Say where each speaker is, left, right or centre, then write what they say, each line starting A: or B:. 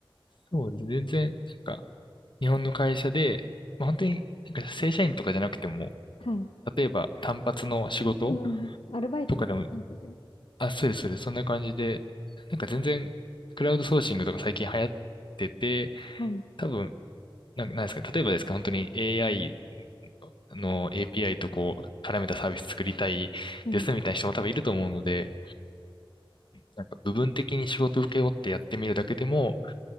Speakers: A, on the left (about 60°); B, on the left (about 75°).
A: そうです。全然、なんか、日本の会社で、まあ、本当に、なんか正社員とかじゃなくても、
B: はい。
A: 例えば単発の仕事
B: うん。アルバイトみたいな感じで。
A: とかでも、あ、そうです、そうです、そんな感じで、なんか全然、クラウドソーシングとか最近流行ってて、
B: はい。
A: 多分、なんか、なんですか、例えばですか、本当に AI の API とこう、絡めたサービス作りたいですみたいな人も多分いると思うので、
B: うん。
A: なんか部分的に仕事受け負ってやってみるだけでも、